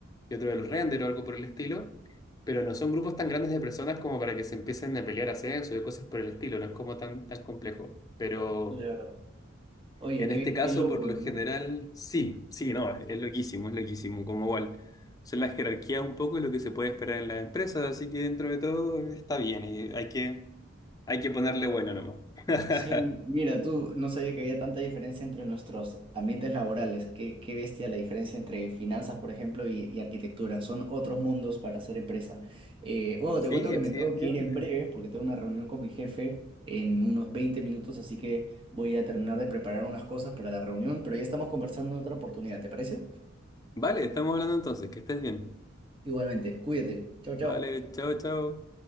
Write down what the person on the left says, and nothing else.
y otro del render o algo por el estilo, pero no son grupos tan grandes de personas como para que se empiecen a pelear ascenso y cosas por el estilo, no es como tan, tan complejo. Pero
en
este caso,
por lo
general, sí, sí, no, es, es loquísimo, es loquísimo, como igual. Son las jerarquías un poco y lo que se puede esperar en las empresas, así que dentro de todo está bien y hay que, hay que ponerle bueno nomás. <laughs>
Sí,
sí,
definitivamente.
Vale, estamos hablando entonces, que estés bien.
Vale, chao, chao.